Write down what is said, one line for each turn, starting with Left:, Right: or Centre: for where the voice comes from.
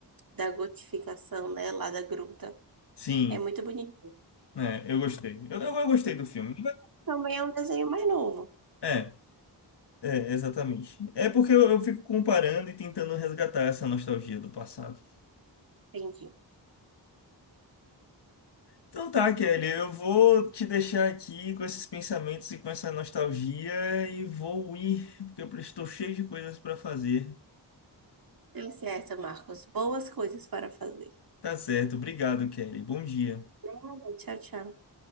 Right: da gotificação, né, lá da gruta.
Left: Sim,
Right: É muito bonito.
Left: é, eu gostei. Eu, eu, eu gostei do filme.
Right: Também é um desenho mais novo.
Left: É, é, exatamente. É porque eu, eu fico comparando e tentando resgatar essa nostalgia do passado.
Right: Entendi.
Left: Então tá, Kelly, eu vou te deixar aqui com esses pensamentos e com essa nostalgia e vou ir, porque eu estou cheio de coisas para fazer.
Right: Tá certo, Marcos. Boas coisas para fazer.
Left: Tá certo, obrigado, Kelly. Bom dia.
Right: Obrigada. Tchau, tchau.